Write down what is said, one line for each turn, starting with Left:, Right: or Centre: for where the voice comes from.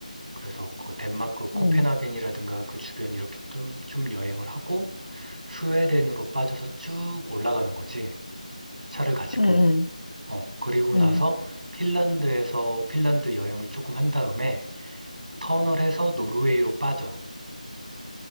Right: 그래서 그 덴마크 코펜하겐이라든가
Left: 응,
Right: 그 주변 이렇게 좀, 좀 여행을 하고 스웨덴으로 빠져서 쭉 올라가는 거지. 차를 가지고.
Left: 응,
Right: 어, 그리고 나서
Left: 응,
Right: 핀란드에서 핀란드 여행을 조금 한 다음에 터널해서 노르웨이로 빠져.